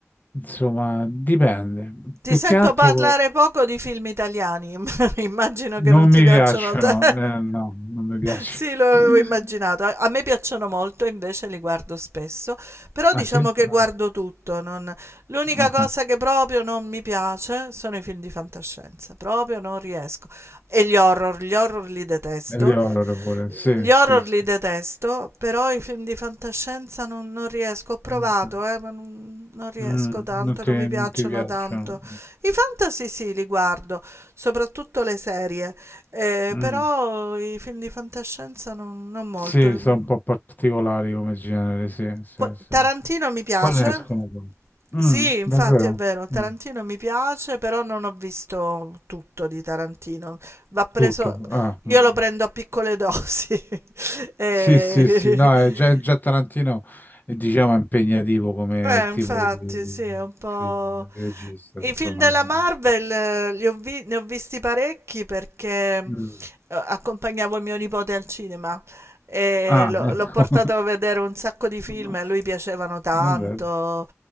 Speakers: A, on the left; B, on the right.
A: Insomma, dipende.
B: Ti
A: Più
B: sento
A: che altro
B: parlare poco di film italiani, <laughs> immagino
A: non
B: che non ti
A: mi
B: piacciono
A: piacciono.
B: a te.
A: eh, no, non mi piacciono.
B: Sì, lo avevo
A: <laughs>
B: immaginato. A me piacciono molto, invece li guardo spesso, però
A: Ah
B: diciamo
A: sì?
B: che
A: No.
B: guardo tutto. non- L'unica
A: <laughs> no.
B: cosa che proprio non mi piace sono i film di fantascienza, proprio non riesco. E gli horror, gli horror li detesto
A: E gli horror pure. Sì,
B: gli horror
A: sì, sì.
B: li detesto, però i film di fantascienza non, non riesco. Ho provato,
A: Mm-hmm.
B: eh, ma non, non riesco
A: Mm,
B: tanto,
A: non ti,
B: non
A: non
B: mi piacciono
A: ti piacciono?
B: tanto. I fantasy sì, li guardo, soprattutto le serie, eh,
A: Mm.
B: però i film di fantascienza non, non molto.
A: Sì,
B: Il-
A: sono un po' particolari come genere, sì, sì,
B: Qua-
A: sì,
B: Tarantino
A: sì.
B: mi piace.
A: Poi ne escono poi.
B: Sì,
A: Mm,
B: infatti
A: davvero?
B: è vero, Tarantino
A: Mm,
B: mi piace, però non ho visto tutto di Tarantino. Va preso,
A: tutto. Ah,
B: io
A: vabbè.
B: lo prendo a piccole dosi. <laughs> E-
A: Sì, sì, sì, no, è già, già Tarantino è, diciamo, impegnativo come
B: eh, infatti,
A: tipo di,
B: sì, è un po'...
A: film, di regista,
B: I
A: insomma,
B: film della
A: diciamo.
B: Marvel eh, li ho vi- ne ho visti parecchi perché eh,
A: Mm.
B: accompagnavo mio nipote al cinema e
A: Ah,
B: lo-
A: ecco.
B: l'ho portato a vedere un sacco di film
A: <laughs>
B: e a lui piacevano tanto.
A: Vabbè.